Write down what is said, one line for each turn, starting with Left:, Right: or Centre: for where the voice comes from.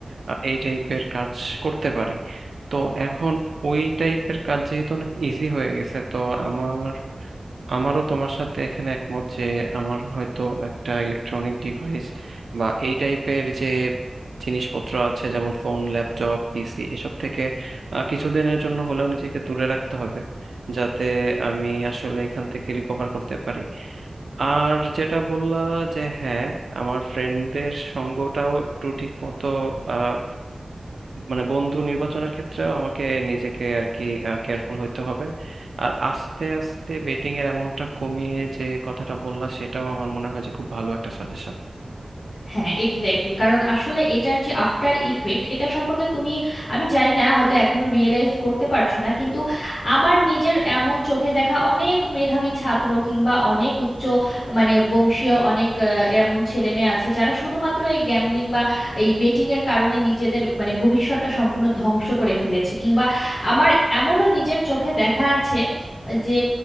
Right: আহ, এই টাইপের কাজ করতে পারি তো এখন ওই টাইপের কাজ যেহেতু অনেক ইজি হয়ে গেছে তো আমার আমারও তোমার সাথে এখানে একমত যে আমার হয়তো একটা ইলেকট্রনিক ডিভাইস বা এই টাইপের যে জিনিসপত্র আছে যেমন ফোন ল্যাপটপ পিসি এসব থেকে আহ, কিছুদিনের জন্য হলেও নিজেকে দূরে রাখতে হবে যাতে আমি আসলে এখান থেকে রিকভার করতে পারি আর যেটা বললা যে হ্যাঁ আমার ফ্রেন্ডদের সঙ্গটাও একটু ঠিক মতো আহ, মানে বন্ধু নির্বাচনের ক্ষেত্রেও আমাকে নিজেকে আর কি কেয়ারফুল হইতে হবে আর আস্তে আস্তে বেটিং এর অ্যামাউন্টটা কমিয়ে যে কথাটা বললা সেটাও আমার মনে হয় যে খুব ভালো একটা সাজেশন
Left: হ্যাঁ এক্স্যাক্টলি কারণ আসলে এটার যে আফটার ইফেক্ট এটা সম্পর্কে তুমি আমি জানি না হয়তো এখনো রিয়েলাইজ করতে পারছো না কিন্তু আমার নিজের এমন চোখে দেখা অনেক মেধাবী ছাত্র কিংবা অনেক উচ্চ মানে বংশীয় অনেক আহ, এমন ছেলে মেয়ে আছে যারা শুধুমাত্র এই গ্যাম্বলিং বা এই বেটিং এর কারণে নিজেদের মানে ভবিষ্যৎটা সম্পূর্ণ ধ্বংস করে ফেলেছে কিংবা আমার এমনও নিজের চোখে দেখা আছে যে